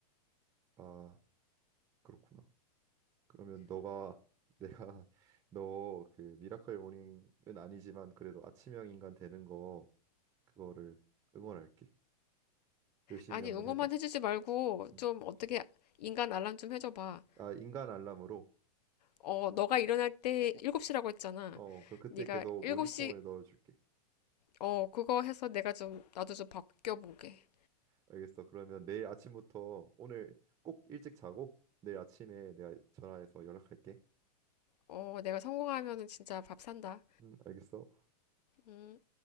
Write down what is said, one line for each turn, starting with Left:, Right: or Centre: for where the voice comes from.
Right: 아, 그렇구나. 그러면 너가 <laughs> 내가 너 그 미라클 모닝은 아니지만 그래도 아침형 인간 되는 거 그거를 응원할게. 열심히
Left: 아니,
Right: 한번
Left: 응원만
Right: 해봐.
Left: 해주지 말고
Right: 음.
Left: 좀 어떻게 인간 알람 좀 해줘봐.
Right: 아 인간 알람으로
Left: 어, 너가 일어날 때 7시라고 했잖아.
Right: 어 그럼 그때
Left: 네가
Right: 계속
Left: 7시,
Right: 모닝콩을 넣어줄게.
Left: 어, 그거 해서 내가 좀, 나도 좀 바뀌어보게.
Right: 알겠어. 그러면 내일 아침부터 오늘 꼭 일찍 자고 내일 아침에 내가 전화해서 연락할게.
Left: 어, 내가 성공하면은 진짜 밥 산다.
Right: 음 알겠어.
Left: 음.